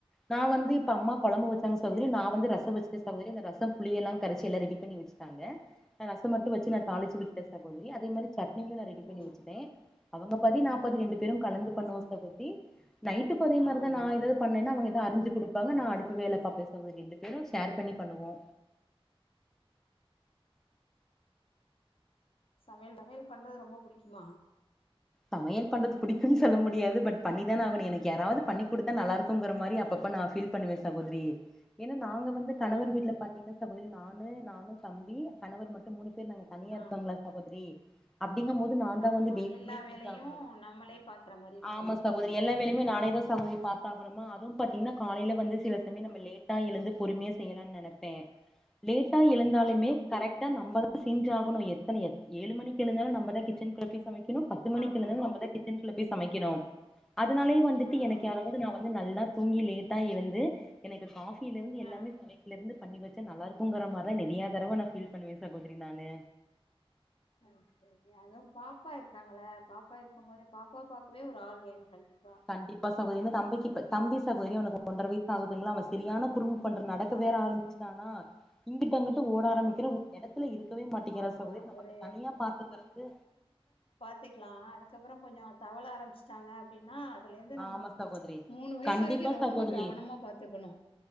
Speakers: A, in the centre; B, on the left.
A: நா வந்து இப்ப அம்மா கொழம்பு வச்சாங்க சகோதரி நா வந்து ரச வச் சே சகோதரி இந்த ரசோ புளியெல்லா கரச்சி எல்லா ரெடி பண்ணி வச்சுட்டாங்க நா ரசோ மட்டு வச்சு
B: சரி
A: நா தாளிச்சு ஊத்திட்டே சகோதரி அதே மாரி சட் னியு நா ரெடி பண்ணி
B: ம்
A: வச்சட்டே அவங்க பாதி நா
B: ஆ
A: பாதி ரெண்டு பேரூ கலந்து பன்ணுவோ சகோத்ரி நைட்டுக்கு ஒரே மாரிதானா
B: ஆமா
A: இதே பண்ணனா அவங்கத அரஞ்சு குடுப்பாங்க நா அடுத்த வேல பாப்பே சகோதரி ரெண்டு பேரூ ஷேர் பண்ணி பண்ணுவோ
B: சமையல் சமையல் பண்றது ரொம்ப புடிக்குமா
A: சமையல் பண்றது புடிக்குன் சொல்ல முடியாது பட் பண்ணி தான ஆகணு எனக்கு யாராவது பண்ணி
B: ஆ
A: குடுத் தா நல்லா இருக்குங்கற மாரி அப்பப்ப நா ஃபீல் பண்ணுவே சகோதரி ஏனா நாங்க வந்து கணவர்
B: ஆ
A: வீட்ல பாத் தீங்க சகோதரி நானு நானு தம்பி கணவர் மட்டு மூணு பேர் நாங்க தனியா இருக்கோங்களா
B: ஆ
A: சகோதரி அப்டிங்கம்போது நாந்தா
B: ஆமா
A: வந்து டெய்லிமே
B: எல்லா
A: செஞ்சாகணு
B: வேலையு நம்மளே பாக்குற மாரி இருக்கு
A: ஆமா சகோதரி
B: ம்
A: எல்லா வேலையுமே நானே தா சகோதரி பாத் தாகணுமா அதுவு பாத்தீங்கன்னா காலையில வந்து சில
B: ஆ
A: சமய நம்ம லேட்டா எழுந்து பொறுமையா செய்யலான் நெனப்பே லேட்டா எழுந்தாலுமே
B: ஆமா
A: கரெக்டா நம்பதா செஞ்சாகணு எத்தன எத் ஏழு மணக்கு எழுந்தாலு நம்ம தா கிச்சன்க்குள்ள போய் சமைக்கணு பத் து மணிக்கு
B: ஆமா
A: எழுந்தாலு நம்மதா கிச்சன் குள்ள போய் சமைக்கணு அதுனாலே வந்துட்டு
B: ஆ
A: எனக்கு யாராவது நா வந்து நல்லா தூங்கி லேட்டா எழுந்து எனக்கு காஃபில இருந்து
B: ஆ
A: எல்லாமே சமைக்ல இருந்து பண்ணி வச் சா நல்லாருக்கூங்ற மாருதா நெறியா தடவ நா ஃபீல் பண்ணுவே சகோதரி நானு
B: சரி செரி அதும் பாப்பா இருக்காங்கள பாப்பா இருக்கம் போது பாப்பா பாக்கவே ஒரு ஆள் வேணு கண்டிப்
A: கண்டிப்பா சகோ ஏனா தம்பிக்கிப்ப தம்பி சகோதரி அவனுக்கு
B: ம்
A: ஒன்றை வயிசு ஆகுதுங்களா அவெ செரியான குறும் பண்ற நடக்க
B: ஆ
A: வேற ஆரம்பிச்சுட்டானா இங்கிட்டு அங்குட் டு ஓட
B: ஆ
A: ஆரமிக்கிற ஒரு எடத்துல இருக்கவே மாட்டேங்கிறா
B: ஆமா
A: சகோதரி நமக்கு
B: ஒரு
A: தனியா பாத்துகறது
B: போய்க்கலா அதுக்கப்புறோ கொஞ்சோ தவள ஆரமிச் சாங்க அப்டின்னா அதுலேந்து நம்ம
A: ஆமா சகோதரி
B: மூணு வயிசு
A: கண்டிப்பா
B: வரைக்கு ரொம்ப
A: சகோதரி
B: கவனமா பாத்துக்கணு